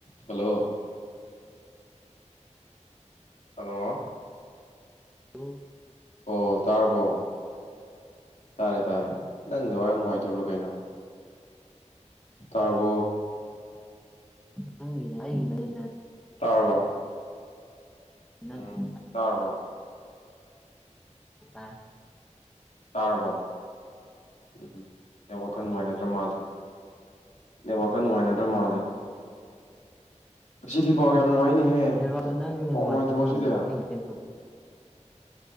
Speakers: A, on the left; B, in the centre.
A: ꯍꯜꯂꯣ ꯍꯜꯂꯣ
B: ꯍꯜꯂ
A: ꯑꯣ ꯇꯔꯔꯕꯣ ꯇꯥꯔꯦ ꯇꯥꯔꯦ ꯅꯪꯗ ꯋꯥꯏꯔ ꯅꯨꯡꯉꯥꯏꯇꯕ꯭ꯔꯣ ꯀꯩꯅꯣ ꯇꯥꯔꯕꯣ
B: <unintelligible>
A: ꯇꯥꯔꯕ
B: ꯅꯪꯒꯤꯅꯦ
A: ꯎꯝ ꯇꯥꯔꯔꯕꯣ
B: ꯑꯥ
A: ꯇꯥꯔꯕꯣ ꯎꯝ ꯅꯦꯠꯋꯥꯛꯀ ꯅꯨꯡꯉꯥꯏꯅꯗ꯭ꯔ ꯃꯥꯜꯂꯦ ꯅꯦꯠꯋꯥꯛꯀ ꯅꯨꯡꯉꯥꯏꯅꯗ꯭ꯔ ꯃꯥꯜꯂꯦ ꯉꯁꯤꯗꯤ ꯄꯥꯎ
B: ꯅꯦꯠꯋꯥꯛ
A: ꯌꯥꯝ ꯅꯨꯡꯉꯥꯏꯅꯦꯍꯦ
B: ꯅꯦꯠꯋꯥꯛ ꯅꯪꯅ
A: ꯄꯥꯎ
B: ꯅꯨꯡꯉꯥꯏꯇꯕ
A: ꯅꯨꯡꯉꯥꯏꯇ꯭ꯔꯣ ꯉꯁꯤꯗꯤ
B: ꯑꯣꯏꯔꯝꯒꯅꯤ ꯑꯩꯒꯤ ꯀꯩꯅꯣ ꯇꯧꯗꯣꯏ